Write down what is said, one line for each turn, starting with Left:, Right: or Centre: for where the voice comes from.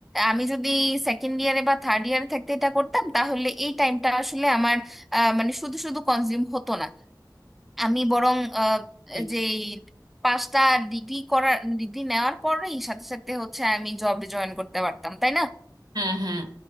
Centre: আমি যদি সেকেন্ড ইয়ারে বা থার্ড ইয়ারে থাকতে এটা করতাম তাহলে এই টাইমটা আসলে আমার আহ, মানে শুধু শুধু কনজিউম হতো না আমি বরং আহ,
Right: ঠিক।
Centre: যে পাঁচটা ডিগ্রি করার ডিগ্রি নেওয়ার পরেই সাথে সাথে হচ্ছে আমি জবে জয়েন করতে পারতাম তাই না
Right: হ্যাঁ হ্যাঁ